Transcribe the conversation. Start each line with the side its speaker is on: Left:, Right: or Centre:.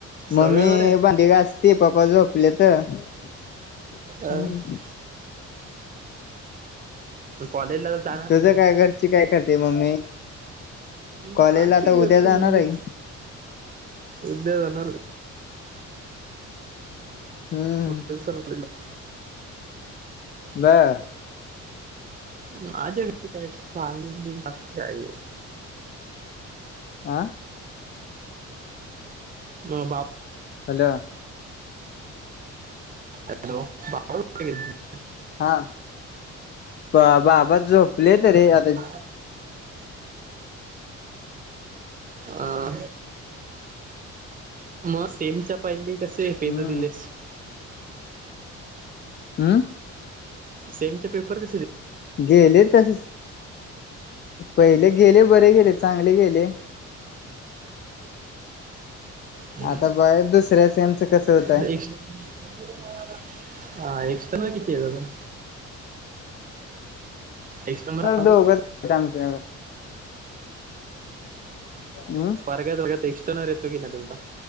Left: मम्मी
Right: सगळे बरे
Left: भांडी घासती पप्पा झोपल्यात हम्.
Right: आहे कॉलेजला जाणार
Left: तुझं
Right: कधी
Left: काय घरची काय करती मम्मी? कॉलेजला
Right: माझी
Left: आता
Right: <unintelligible>
Left: उद्या जाणार
Right: मम्मी
Left: आहे.
Right: उद्या होणार
Left: हम्म
Right: मटन संपलेलं
Left: बं
Right: माझ्या घरची काय <unintelligible>
Left: आं
Right: म बाप
Left: हॅलो.
Right: हॅलो <unintelligible>
Left: हा ब बाबा झोपलेत रे आ
Right: <inaudible> अं <unintelligible> सेमच्या पहिली कसे पेपर
Left: हम्म
Right: दिलेस?
Left: उं.
Right: सेमचे पेपर कसे गे
Left: गेले तसेस पहिले गेले बरे गेले चांगले गे ते.
Right: हम्म
Left: आता बघ दुसऱ्या सेमच कसं होतंय.
Right: <unintelligible> हा एक्स्टर्नल किती यात आजून एक्स्टर्नल
Left: दोघच आहेत आमच्या उं.
Right: सगळ्याच वर्गात एक्स्टर्नर येतो की नाइ तुमचा